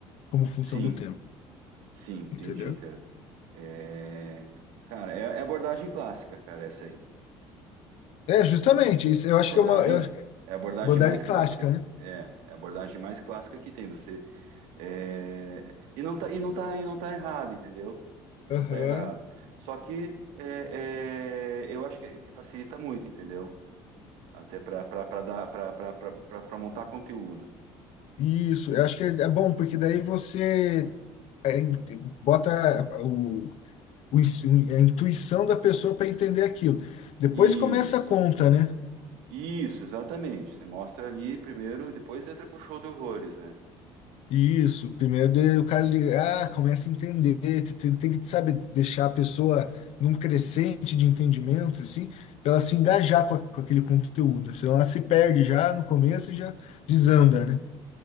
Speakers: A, on the left (about 60°); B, on the right (about 80°).
A: como função
B: sim,
A: do tempo,
B: sim, entendi,
A: entendeu?
B: cara. É, cara, é, é abordagem clássica, cara, essa aí,
A: É,
B: né?
A: justamente, isso eu
B: É
A: acho
B: abordagem,
A: que é uma eu,
B: é a abordagem
A: modalidade
B: mais
A: clássica,
B: clássica que
A: né?
B: é, é a abordagem mais clássica que tem. Você é, e não tá e não tá e não tá errado, entendeu? E
A: Aham.
B: não tá errado. Só que é, é, eu acho que, que facilita muito, entendeu? Até para para dar para montar conteúdo.
A: Isso, eu acho que é, é bom, porque daí você é, in- bota o, o, ins- a intuição da pessoa para entender aquilo. Depois
B: Isso,
A: começa a conta, né?
B: isso, exatamente. Você mostra ali primeiro, depois entra com o show de horrores, né?
A: Isso, primeiro de- o cara ele, ah, começa a entender, te- te- tem, que, sabe, deixar a pessoa num crescente de entendimento, assim, para ela se engajar com, a- com aquele conteúdo. Senão ela se perde já no começo e já desanda, né?